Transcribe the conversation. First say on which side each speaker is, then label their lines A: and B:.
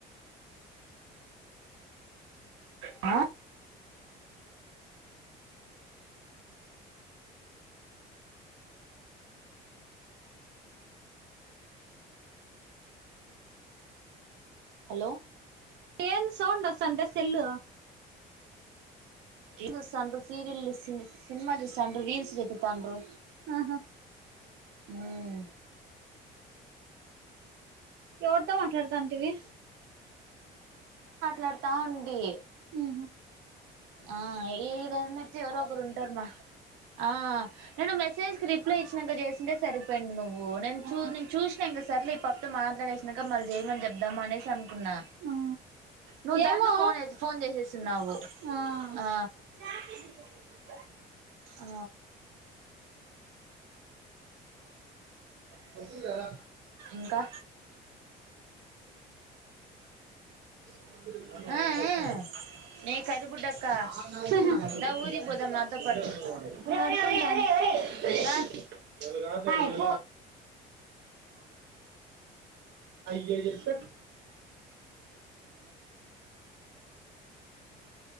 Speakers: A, on the right; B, on the right.
A: అ హలో
B: ఏం సౌండ్ వస్తాంటే సెల్లు
A: రీల్స్ చూస్సండ్రు, సీరియల్, సినిమా చూసండ్రు రీల్స్ ఎత్తు తాండ్రు
B: ఆహా
A: హ్మ్
B: ఎవరితో మాట్లాడతాంటివి
A: లడతా ఉంటి
B: హు మ్
A: ఆ ఈడ అన్న అయితే ఎవరో ఒకరు ఉంటారుమా ఆ నేను మెసేజ్కి రిప్లై ఇచ్చినాక చేసింటే సరి పోయిండు నువ్వు నేను
B: ఆ
A: నేన్ చూసినా ఇంగ సర్లే ఈ పాప తో మాట్లాడే నాక మల్ చేయమని చెప్దాం అనేసి అనుకున్నా,
B: ఆ
A: నువ్వు
B: ఏమో
A: దాంట్లో ఫోన్ ఫోన్ చేసేస్తున్నావు.
B: ఆ
A: ఆ ఆ
B: కొస కనా
A: ఇంకా
B: అహ
A: ఆ ఆ మే కరిబుడ్డక్క
B: పడుకుంటాడు
A: దా ఊరికి పోదాం నాతో పాటు
B: హాయ్
A: దా
B: కేజీ ప